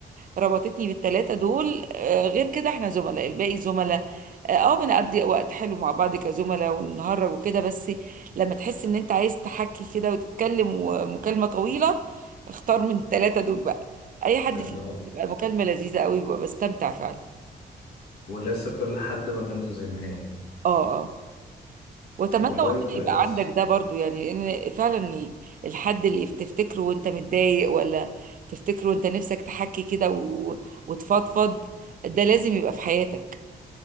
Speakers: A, on the right; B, on the left.
A: ربطتني بالثلاثه دول آه، غير كده احنا زملاء الباقي زملاء اه آه، بنقضي وقت حلو مع بعض كزملاء ونهرج وكده بس لما تحس ان انت عايز تحكي كده وتتكلم ومكالمه طويله اختار من الثلاثه دول بقى اي حد
B: اللي
A: فيهم
B: هو
A: بتبقى مكالمه لذيذه قوي ببقى بستمتع فعلا
B: ولسه كل حد مكانته زي ما هي يعني.
A: اه اه واتمنى
B: طب والله
A: والله
B: كويس
A: يبقى عندك ده برضو يعني ان فعلا ال- الحد اللي يف- تفتكره وانت متضايق ولا تفتكره وانت نفسك تحكي كده و... وتفضفض ده لازم يبقى في حياتك